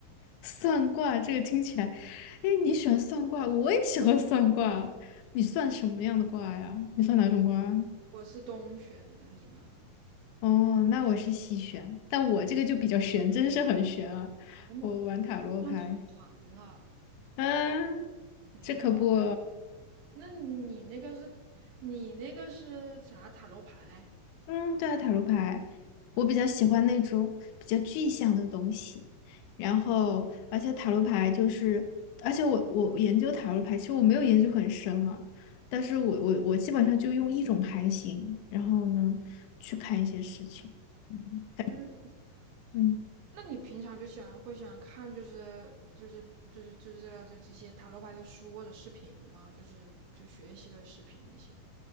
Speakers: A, on the left; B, on the right.
A: 算卦这个听起来，哎，你喜欢算卦，我也喜欢算卦。你算什么样的卦呀？你算哪种卦啊
B: 我是东玄的，你呢？
A: 哦，那我是西玄，但我这个就比较玄，真是很玄啊。
B: 哎呀妈，
A: 我玩塔罗牌，
B: 遇上同行了。
A: 嗯，
B: 哎呀，
A: 这可不。
B: 那你那个是，你那个是啥塔罗牌？
A: 嗯，对啊，塔罗牌，我比较喜欢那种比较具象的东西。然后，而且塔罗牌就是，而且我我研究塔罗牌，其实我没有研究很深啊，但是我我我基本上就用一种牌型，然后呢，去看一些事情。嗯
B: 嗯，
A: 嗯。
B: 那你平常就喜欢会喜欢看就是就是就是就是这这这些塔罗牌的书或者视频吗？就是就学习的视频那些。